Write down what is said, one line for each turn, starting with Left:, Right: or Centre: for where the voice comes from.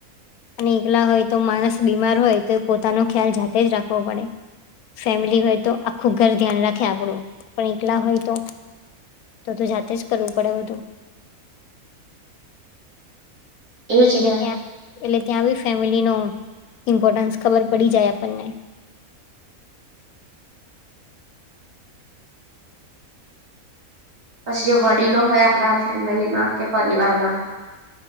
Left: અને એકલા હોય તો માણસ બીમાર હોય તો પોતાનો ખ્યાલ જાતે જ રાખવો પડે. ફેમિલી હોય તો આખું ઘર ધ્યાન રાખે આપડું પણ એકલા હોય તો. તો તો જાતે જ કરવું પડે બધું.
Right: એજ
Left: એટલે
Right: ને
Left: ત્યાં એટલે ત્યાં બી ફેમિલી નો ઇમ્પોર્ટન્સ ખબર પડી જાય આપણને.
Right: પછી જે વડીલો હોય આપણા ફેમિલીમાં કે પરિવારમાં